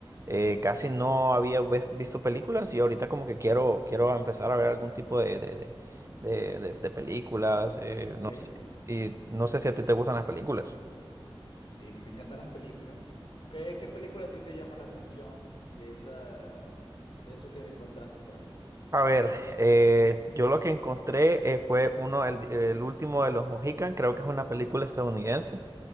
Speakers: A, on the right (about 35°); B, on the left (about 70°).
A: eh, casi no había ves- visto películas y ahorita como que quiero quiero empezar a ver algún tipo de de, de- de- de- de películas. eh,
B: Ok.
A: no sé. Y no sé si a ti te gustan las películas.
B: Sí, me me encantan las películas. ¿Qué, qué película a ti te llama la atención de esa, de eso que encontraste por ahí?
A: A ver, eh, yo lo que encontré eh, fue uno el, el último de los Mohican. Creo que es una película estadounidense.